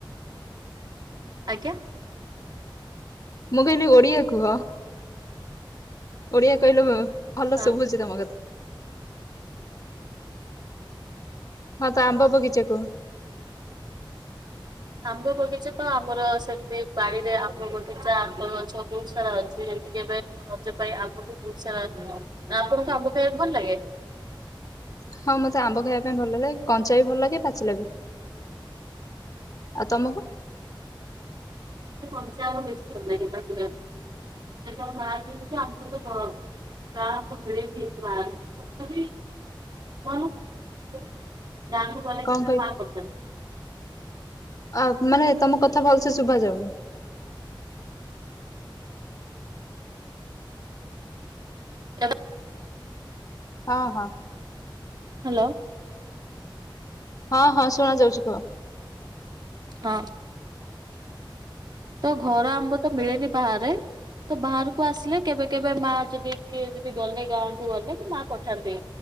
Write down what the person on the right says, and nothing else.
ଆଜ୍ଞା।
ହଁ।
ଆମ୍ବ ବଗିଚାତ ଆମର ସେଟି ବାଡ଼ିରେ ଆମ୍ବ ବଗିଚା ଆମ୍ବ ଗଛ ବହୁତ୍ ସାରା ଅଛି ଏଇଠିକି ଏବେ ରଜ ପାଇଁ ଆଗକୁ ବହୁସାରା <unintelligible> ଆପଣଙ୍କୁ ଆମ୍ବ ଖାଇବାକୁ ଭଲ ଲାଗେ?
ମୋତେ କଞ୍ଚା ଆମ୍ବ ବେଶୀ ଭଲ ଲାଗେ ପଚିଲା ଆମ୍ବ ଅପେକ୍ଷା। <unintelligible> <unintelligible> ତଥାପି। <unintelligible> ଗାଁକୁ ଗଲେ।
<unintelligible>
<unintelligible>
ହ୍ୟାଲୋ?
ହଁ। ତ ଘର ଆମ୍ବ ତ ମିଳେନି ବାହାରେ। ତ ବାହାରକୁ ଆସିଲେ କେବେ କେବେ ମା ଯଦି କିଏ ଯଦି ଗଲେ ଗାଁକୁୁ ଗଲେ କି ମା ପଠାନ୍ତି।